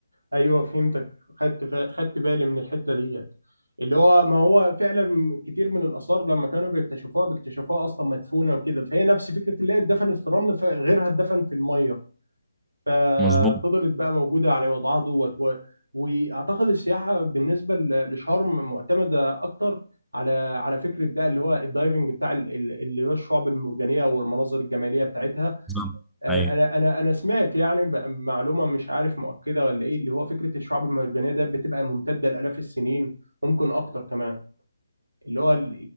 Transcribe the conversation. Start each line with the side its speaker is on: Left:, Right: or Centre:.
Right: ايوه فهمتك خدت فا- خدت بالي من الحته ديت اللي هو ما هو فعلا كتير من الاثار لما كانوا بيكتشفوها بيكتشفوها اصلا مدفونه وكده فهي نفس فكره اللي هي اتدفنت في الرمل فغيرها اتدفن في الميه ففضلت
Centre: مظبوط
Right: بقى موجوده على وضعها دوت و... واعتقد السياحه بالنسبه ل- لشرم معتمده اكتر على على فكره بقى اللي هو الدايفنج بتاع ال- ال- اللي هو الشعب المرجانيه والمناظر الجماليه بتاعتها
Centre: بالظبط
Right: انا
Centre: أيوه.
Right: انا انا سمعت يعني ب- معلومه مش عارف مؤكده ولا ايه اللي هو فكره الشعاب المرجانيه ده بتبقى ممتده لالاف السنين ممكن اكتر كمان اللي هو ال-